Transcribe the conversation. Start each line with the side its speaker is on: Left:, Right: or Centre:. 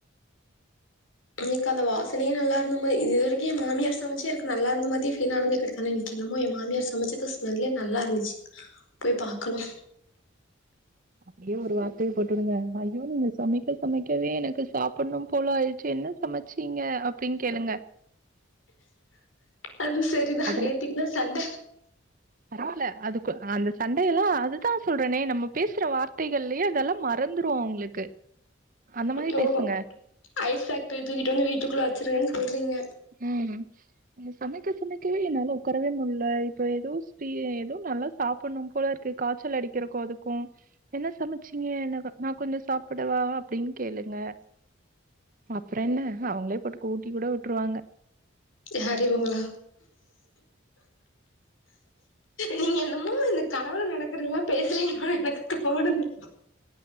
Left: அன்னக்கு கால்ல வாசனையே நல்ல இருந்த மாரி இதுவரைக்கு என் மாமியார் சமைச்சு எனக்கு நல்லா இருந்த மாதி ஃபீல் ஆனதே கெடைக்கலை என்னமோ எ மாமியார் சமைச்சது ஸ்மெல்லே நல்லா இருந்துச்சு போய் பாக்கணு
Right: அப்டியே ஒரு வார்த்தையை போட்டு வுடுங்க ஐயோ நீங்க சமைக்க சமைக்கவே எனக்கு சாப்பன்ணு போல ஆய்ருச்சு என்ன சமச்சிங்க அப்டின் கேளுங்க
Left: அது சரிதா
Right: அத
Left: நேத்திக்குதா சண்ட
Right: பரவால்ல அதுக்கு அந்த சண்டையல்லா அதுதா சொல்றேனே நம்ம பேசுற வார்த்தைகள்லயே அதெல்லா மறந்துரு அவுங்களுக்கு அந்த மாரி
Left: ஓ
Right: பேசுங்க
Left: ஐஸ் பேக்ட்ரிய தூக்கிட்டு வந்து வீட்டுக்குள்ள வச்சுருவேன் சொல்றீங்க
Right: ம் நீங்க சமைக்க சமைக்கவே என்னால உக்காரவே முட்ல இப்ப எதோ ஸ்பீ எதோ நல்லா சாப்பன்ணு போல இருக் கு காச்சல் அடிக்கறக்கு அதுக்கு என்ன சமைச்சீங்க என்ன நா கொஞ்ச சாப்புடவா அப்டின் கேளுங்க அப்பறோ என்ன அவுங்களே போட்டு கூ ஊட்டி கூட விட்ருவாங்க
Left: யாரு இவுங்களா நீங்க என்னமோ எனக் கனவுல நடக்கறதெல்லா பேசுறீங்களோனு எனக்கு தோணுது